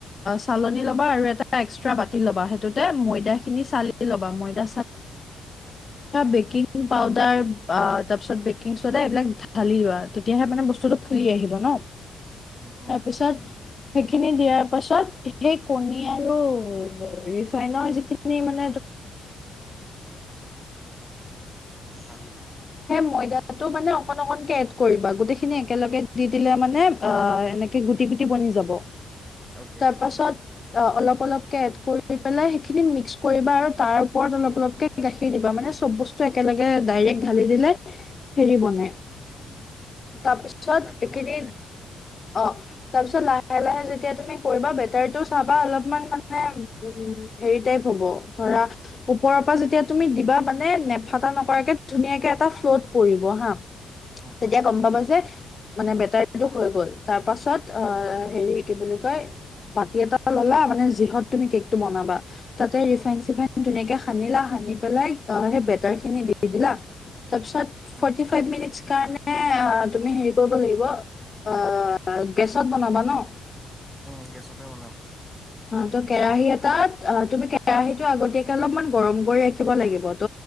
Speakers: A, on the left; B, in the centre.
A: চালন লব আৰু এটা এক্সট্ৰা বাতি ল'বা সেইটোতে ময়দা খিনি চালি ল'বা ময়দা বি পউাৰাৰিছ ব <unintelligible> ধালি লোৱা তেতিয়াহে মানে বস্তুটো
B: উম,
A: ফুলি আহিব ন,
B: উম, উম,
A: তাৰপিছত
B: উম,
A: সেইখিনি দ পাছ সেই কণ আৰুনৰ যিিন মান
B: আ,
A: <inaudible> <unintelligible> ময়দাটো মানে অকন- অকনকে এড কৰিবা গোটেই খিনি একেলগে দি দিলে মানে আহ এনেকে গুটি গুটি বনি যাব,
B: অ'কে
A: তাৰ পাছত অ', অলপ অলপকে এড কৰি পেলাই সেইখিনি মিক্স কৰিবা আৰু তাৰ ওপৰত অলপ অলপকে গাখীৰ দিবা মানে মানে, চব বস্তু একেলগে ডাইৰেক্ট ঢালি দিলে হেৰি বনে। তাৰপিছত
B: লাড্ডু
A: এইখিনি,
B: বনি যায়।
A: অ, তাৰপিছত লাহে
B: উম,
A: লাহে যেতিয়া তুমি কৰিবা বেটাৰটো চাবা অলপমান মানে, উম, হেৰি টাইপ হ'ব ধৰা ওপৰৰ পৰা যেতিয়া তুমি দিবা মানে নেফাটা নকৰাকে ধুনীয়াকে এটা ফ্ল'ত পৰিব হা?
B: উম,
A: তেতিয়া
B: উম,
A: গম
B: উম,
A: পাব যে, মানে বেটাৰটো হৈ গ'ল তাৰ পাছত
B: উম,
A: অহ হেৰি কি বুলি কয়, বাতি এটা ল'লা মানে যিহত তুমি কেকটো বনাবা। তাতে
B: উম,
A: ৰিফাইন
B: উম,
A: চিফাইন ধুনীয়াকে সানিলা সানি পেলাই, সেই বেটাৰ খিনি দি দিলা। তাৰপিছত
B: উম,
A: ফৰটি ফাইভ মিনিটছ কাৰণে তুমি হেৰি কৰিব লাগিব। অ', গেছত বনাবা ন?
B: উম, গেছতে বনাম।
A: অ', ত' কেৰাহী এটাত অ তুমি কেৰাহীটো আগতীয়াকে অলপমান গৰম কৰি ৰাখিব লাগিব ত'।